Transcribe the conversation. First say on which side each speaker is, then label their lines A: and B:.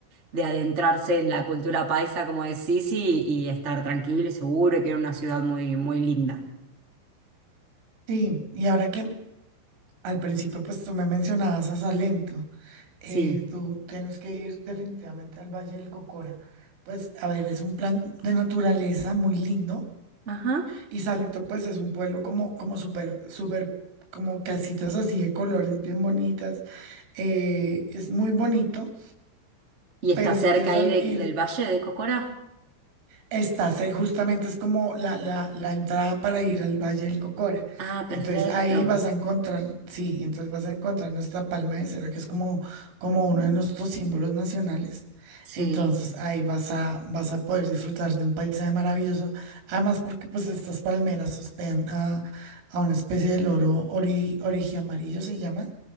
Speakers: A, on the right (about 20°); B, on the right (about 85°).
A: de adentrarse en la cultura paisa, como decís, y, y estar tranquilo y seguro, y que era una ciudad muy, muy linda.
B: Sí, y ahora que al principio pues tú me mencionabas a Salento, eh,
A: Sí.
B: tú tienes que ir definitivamente al Valle del Cocora. Pues a ver, es un plan de naturaleza muy lindo
A: Ajá.
B: y Salento pues es un pueblo como, como súper, súper, como casitas así de colores bien bonitas. eh, es muy bonito.
A: ¿Y está
B: Pero
A: cerca
B: si quieres
A: ahí
B: al-
A: de-
B: ir,
A: del Valle de Cocora?
B: está ce- justamente es como la, la, la entrada para ir al Valle del Cocora.
A: Ah, perfecto.
B: Entonces ahí vas a encontrar, sí, entonces vas a encontrar nuestra palma de cera, que es como, como uno de nuestros símbolos nacionales.
A: Sí.
B: Entonces ahí vas a, vas a poder disfrutar de un paisaje maravilloso. Además, porque pues estas palmeras hospedan a, a una especie de loro ori, amarillo se llama,